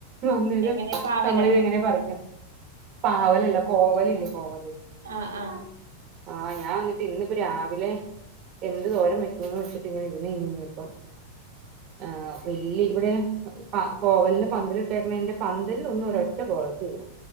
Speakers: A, on the right; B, on the right.
A: അന്നേരം
B: എങ്ങനെ പാവലോ
A: നമ്മളിത് എങ്ങനെയാ പറിക്കും, പാവലല്ല, കോവല് ഇല്ലേ കോവല്.
B: ആഹ്
A: ആഹ് ഞാൻ എന്നിട്ട് ഇന്നിപ്പോ രാവിലെ. എന്ത് തോരൻ വെക്കുംന്ന് വെച്ചിട്ട് ഇങ്ങനെ ഇരുന്ന് ഇങ്ങിനിപ്പം ആ വലിയ ഇവിടെ കോവലിനെ പന്തലിട്ടേക്കണൻ്റെ പന്തലൊന്നും ഒരറ്റ പോഴത്തില്ല